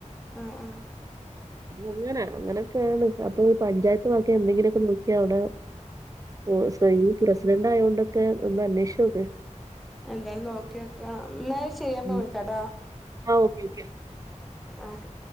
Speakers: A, in the centre; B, on the right (about 25°).
A: ആഹ് ആഹ്
B: അങ്ങന അങ്ങനെ കേണ് അപ്പൊ പഞ്ചായത്ത് വക എന്തെങ്കിലുക്കെ നോക്കിയാ ഔടെ ഓ സൊ ഇയ്യ് പ്രസിഡന്റായോണ്ടൊക്കെ ഒന്ന് അന്വേഷിച്ചോക്
A: അ എന്തായാലും നോക്ക്യോ ക്ക ന്നാല് ശെരി ഞാൻപ്പൊ
B: മ്മ്.
A: വിളിക്കാട്ടോ
B: ആ. Okay, okay.
A: ആ ഒകെ